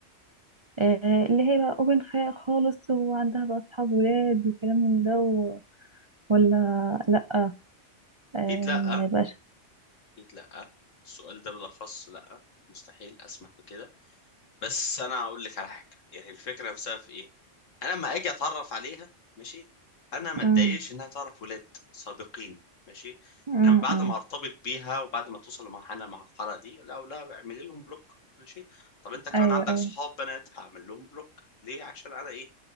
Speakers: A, on the right; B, on the left.
A: آه، اللي هي بقى اوبن خيال خالص وعندها بقى اصحاب ولاد وكلام من ده و... ولا لا آه،
B: اكيد لا
A: ما يبقاش
B: اكيد لا السؤال ده بالاخص لا مستحيل اسمح بكده بس انا اقول لك على حاجه يعني الفكره نفسها في ايه انا لما اجي اتعرف عليها ماشي انا ما اتضايقش
A: امم
B: انها تعرف ولاد سابقين ماشي
A: امم
B: انما بعد
A: أمم.
B: ما ارتبط بيها وبعد ما توصل لمرحله مع المرحله دي لا لا اعملي لهم بلوك ماشي طب انت كمان
A: ايوه
B: عندك
A: ايوه
B: صحاب بنات هعمل لهم بلوك ليه عشان انا ايه